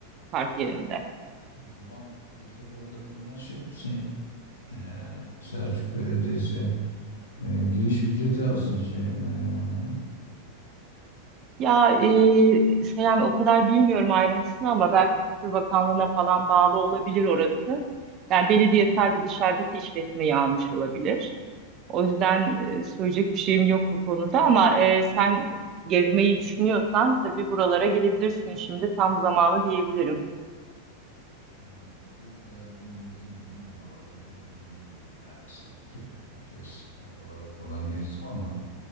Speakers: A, on the right; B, on the left.
A: park yerinde.
B: o zaman bu sefer de o zaman şey yapsın ya. Ee, Selçuk Belediyesi e, giriş ücreti alsın şey Meryem Ana'ya.
A: Ya e, Selami o kadar bilmiyorum ayrıntısını ama belki Kültür Bakanlığı'na falan bağlı olabilir orası. Yani belediye sadece dışarıdaki işletmeyi almış olabilir. O yüzden e, söyleyecek bir şeyim yok bu konuda ama e, sen gezmeyi düşünüyorsan tabii buralara gelebilirsin şimdi tam zamanı diyebilirim.
B: Hmm, Kez geldim gezdim canım oraları oradan biliyorum yani Selçuk Efes oraları falan gezdim ama